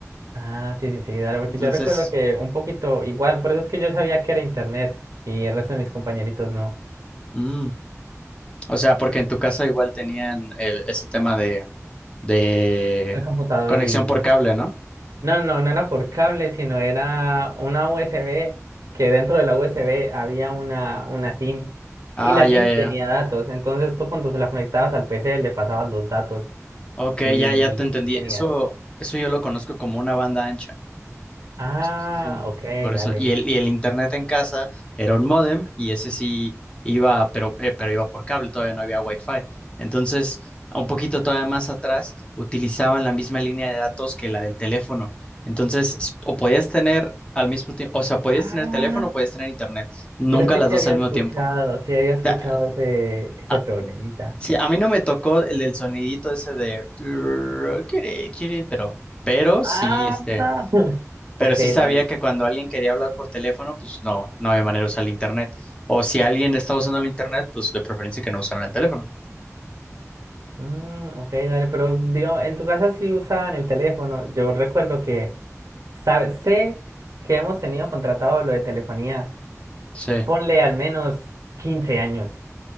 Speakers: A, on the right; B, on the left.
A: Ah, sí, sí, sí, dale, porque
B: Entonces,
A: yo recuerdo que un poquito igual, por eso es que yo sabía que era internet y el resto de mis compañeritos no.
B: mm, o sea, porque en tu casa igual tenían el- ese tema de, de
A: El computador
B: conexión
A: y...
B: por cable, ¿no?
A: No, no, no era por cable, sino era una USB, que dentro de la USB había una, una SIM
B: Ah,
A: y la
B: ya,
A: SIM
B: ya,
A: tenía
B: ya.
A: datos, entonces tú cuando se la conectabas al PC le pasabas los datos
B: Ok,
A: y,
B: ya, ya te entendí.
A: y tenías...
B: Eso, eso yo lo conozco como una banda ancha.
A: Ah,
B: Sí, sí, sí.
A: ok,
B: Por
A: dale.
B: eso, y el, y el internet en casa era un módem y ese sí iba, pero, eh, pero iba por cable, todavía no había wifi. Entonces, un poquito todavía más atrás, utilizaban la misma línea de datos que la del teléfono. Entonces, s- o podías tener al mismo tiempo, o sea, podías
A: Ah,
B: tener teléfono o podías tener internet, nunca
A: creo que
B: las
A: sí
B: dos
A: había
B: al
A: escuchado,
B: mismo tiempo.
A: sí había escuchado
B: Ya,
A: ese, ese
B: a-
A: problemita.
B: Sí, a mí no me tocó el del sonidito ese de turr, kiri, kiri, pero, pero
A: Ah,
B: sí, este,
A: <laughs>
B: pero
A: ok,
B: sí sabía
A: dale.
B: que cuando alguien quería hablar por teléfono, pues no, no había manera de usar el internet. O si alguien estaba usando el internet, pues de preferencia que no usaran el teléfono.
A: Mm, ok, dale, pero digo, en tu casa sí usaban el teléfono. Yo recuerdo que sabe- sé que hemos tenido contratado lo de telefonía,
B: Sí,
A: ponle al menos 15 años,